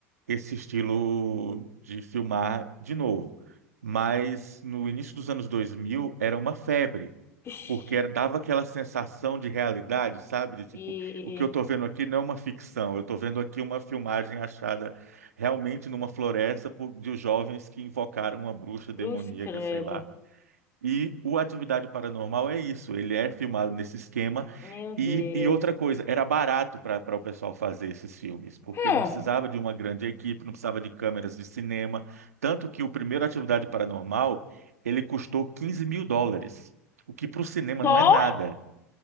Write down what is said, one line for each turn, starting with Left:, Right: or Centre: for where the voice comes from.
Right: esse estilo de filmar de novo. Mas no início dos anos 2000 era uma febre,
Left: Ixi,
Right: porque era- dava aquela sensação de realidade, sabe? De, tipo,
Left: E.
Right: o que eu estou vendo aqui não é uma ficção, eu estou vendo aqui uma filmagem achada realmente numa floresta por- de jovens que invocaram uma bruxa demoníaca,
Left: Cruz credo.
Right: sei lá. E o Atividade Paranormal é isso, ele é filmado nesse esquema.
Left: Meu Deus.
Right: E, e outra coisa, era barato para o pessoal fazer esses filmes, porque
Left: Hum.
Right: não precisava de uma grande equipe, não precisava de câmeras de cinema. Tanto que o primeiro Atividade Paranormal, ele custou 15 mil dólares, o que para o cinema
Left: Só?
Right: não é nada,